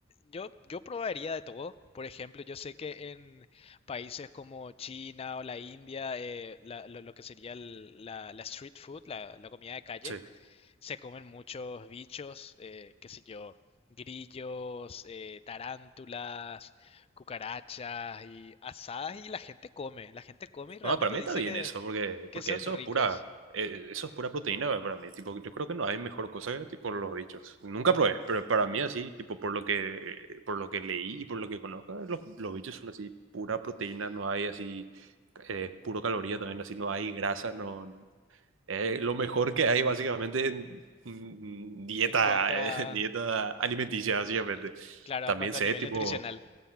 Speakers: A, on the left (about 30°); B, on the right (about 80°).
A: yo, yo probaría de todo. Por ejemplo, yo sé que en países como China o la India, eh, la- lo, lo que sería el- la, la street food, la, la comida de calle,
B: sí,
A: se comen muchos bichos, eh, qué sé yo, grillos, eh, tarántulas, cucarachas y asadas y la gente come, la gente come y realmente
B: no, para mí
A: dice
B: está bien
A: que,
B: eso, porque,
A: que
B: porque
A: son
B: eso
A: ricos
B: es pura, eh, eso es pura proteína para mí. Tipo, yo creo que no hay mejor cosa que tipo los bichos. Nunca probé, pero para mí así, tipo por lo que, eh, por lo que leí y por lo que conozco, los, los bichos son así pura proteína, no hay así eh, puro caloría también, así no hay grasa, no, eh, lo mejor que hay básicamente en mm, mm, dieta,
A: en cuanto a,
B: eh, <laughs> dieta alimenticia, básicamente.
A: eh, claro,
B: También
A: a cuanto
B: sé,
A: a nivel
B: tipo,
A: nutricional.